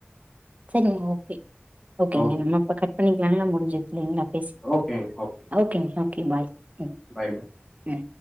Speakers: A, on the right (about 40°); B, on the left (about 15°).
A: சேரிங்க ஓகே ஓகேங்க
B: ஓகே
A: நம்ம பக் பண்ணிக்கலாங்களா முடிஞ்சது இல்லைங்களா பேசி
B: ஓகே ஓகே
A: ஓகேங்க ஓகே பாய் ம்
B: பாய் பாய்
A: ம்